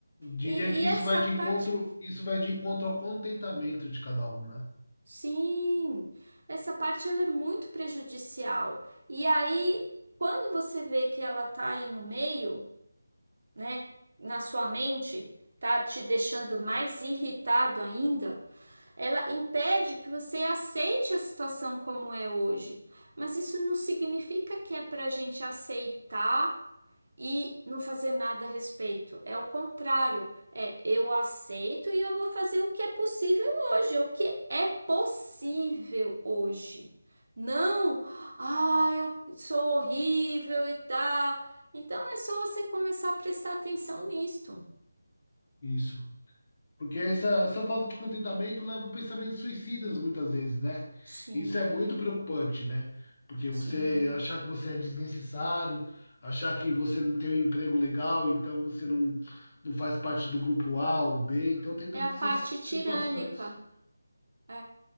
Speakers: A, on the left; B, on the right.
A: Diria
B: E,
A: que
B: e
A: isso
B: essa
A: vai de
B: parte,
A: encontro, isso vai de encontro ao contentamento de cada um, né?
B: sim, essa parte ela é muito prejudicial. E aí, quando você vê que ela tá aí no meio, né, na sua mente, tá te deixando mais irritado ainda. Ela impede que você aceite a situação como é hoje. Mas isso não significa que é para a gente aceitar e não fazer nada a respeito. É o contrário. É eu aceito e eu vou fazer o que é possível hoje, o que é possível hoje. Não, ah, eu sou horrível e tal. Então é só você começar a prestar atenção nisto.
A: Isso. Porque essa, essa falta de contentamento leva a pensamentos suicidas muitas vezes, né?
B: Sim,
A: Isso é muito preocupante, né? Porque
B: sim.
A: você achar que você é desnecessário, achar que você não tem um emprego legal, então você não, não faz parte do grupo A ou B. Então tem todas
B: É a parte
A: essas situações.
B: tirânica. É,